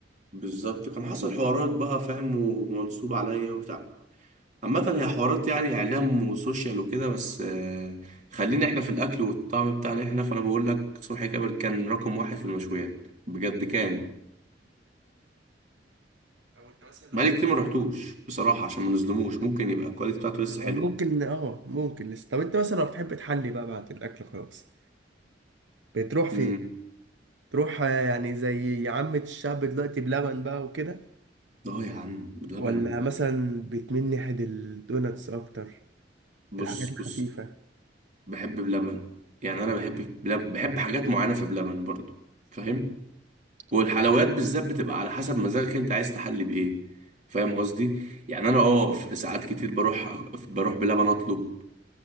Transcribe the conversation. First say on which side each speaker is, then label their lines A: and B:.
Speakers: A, on the right (about 40°); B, on the right (about 75°).
A: بالظبط كان حصل حوارات بقى فاهم ومنصوب عليا وبتاع عامة هي حوارات يعني إعلام وسوشيال وكده بس آه، خلينا إحنا في الأكل والطعم بتاعنا إحنا فأنا بقول لك صبحي كابر كان رقم واحد في المشويات بجد كان
B: أو أنت مثلا لو
A: بقالي
B: بت-
A: كتير ما رحتوش بصراحة عشان ما نظلموش ممكن يبقى الكواليتي بتاعته لسه
B: آه،
A: حلوة
B: ممكن اه ممكن لسه طب انت مثلا لو بتحب تحلي بقى بعد الاكل خلاص بتروح فين
A: امم
B: تروح آه، يعني زي عامة الشعب دلوقتي بلبن بقى وكده
A: أه يا عم بلبن
B: ولا مثلا بتميل ناحية الدوناتس اكتر
A: بص
B: الحاجات الخفيفة
A: بص بحب بلبن يعني أنا بحب بلب... بحب حاجات معينة في بلبن برضه فاهم والحلويات بالذات بتبقى على حسب مزاجك أنت عايز تحلي بإيه فاهم قصدي يعني أنا أه في ساعات كتير بروح بروح بلبن أطلب